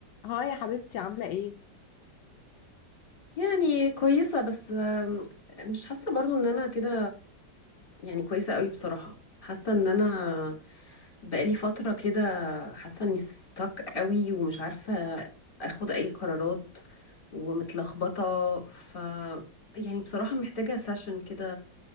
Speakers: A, on the left; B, on the left.
A: هاي يا حبيبتي عاملة ايه؟
B: يعني كويسة بس آم، مش حاسة برضو ان انا كده يعني كويسة قوي بصراحة حاسة ان انا بقالي فترة كده حاسة اني ستك قوي ومش عارفة اخد اي قرارات ومتلخبطة ف يعني بصراحة محتاجة سيشن كده